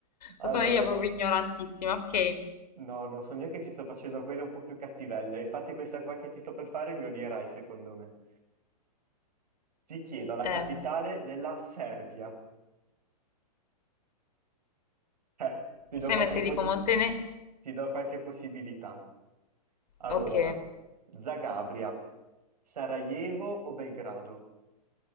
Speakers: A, on the right (about 75°); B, on the left (about 80°).
A: Allora,
B: o sono io proprio ignorantissima. Ok,
A: no, no, so io che ti sto facendo quelle un po' più cattivelle. Infatti questa qua che ti sto per fare mi odierai, secondo me. Ti chiedo la
B: eh,
A: capitale della Serbia. Eh, ti
B: mi
A: do
B: sembra
A: qualche
B: se
A: possibilità.
B: dico Montene...
A: Ti do qualche possibilità. Allora,
B: Ok,
A: Zagabria, Sarajevo o Belgrado?